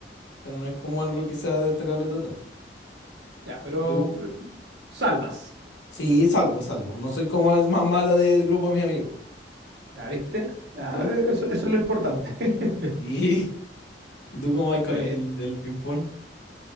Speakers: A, on the left; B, on the right.
A: pero no es como algo
B: Eh,
A: que sea destacable total.
B: ya, pero
A: ¿Tú?
B: eh, salvas,
A: Sí, salvo, salvo. No soy como el más malo del grupo de mis amigos.
B: ¿ya viste? Ya,
A: ¿Y tú?
B: eh, eso eso es lo importante. <laughs>
A: ¿Y, <laughs> ¿y tú cómo vas con
B: Bueno,
A: el, el ping-pong?